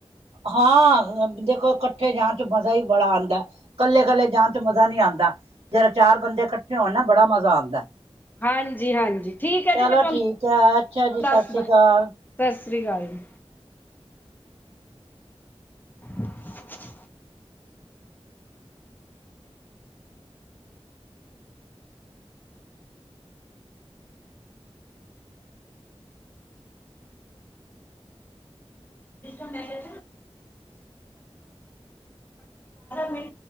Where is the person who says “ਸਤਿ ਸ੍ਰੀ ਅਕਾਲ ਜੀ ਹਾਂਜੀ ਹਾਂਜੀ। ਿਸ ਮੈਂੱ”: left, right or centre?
Left